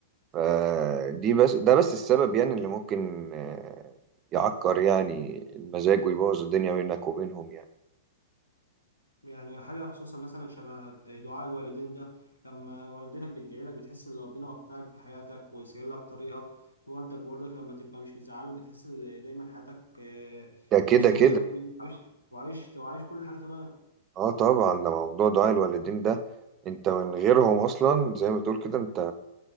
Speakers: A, on the right (about 30°); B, on the left (about 85°).
A: فدي بس ده بس السبب يعني اللي ممكن آه، يعكر يعني المزاج ويبوظ الدنيا بينك وبينهم يعني
B: يعني حاجه خصوصا مثلا شبه دعاء الوالدين ده لما والدتك بتدعي لك بتحس ان ربنا وفقك في حياتك وسهل لك طريقك والدك برضك لما تبقى مش مزعلهم بتحس ان دايما حياتك آه،
A: ده كده
B: مبسوطه
A: كده
B: أوي، وعايش وعايش وعايش كل حاجه تمام
A: اه طبعا ده موضوع دعاء الوالدين ده انت من غيرهم اصلا زي ما تقول كده انت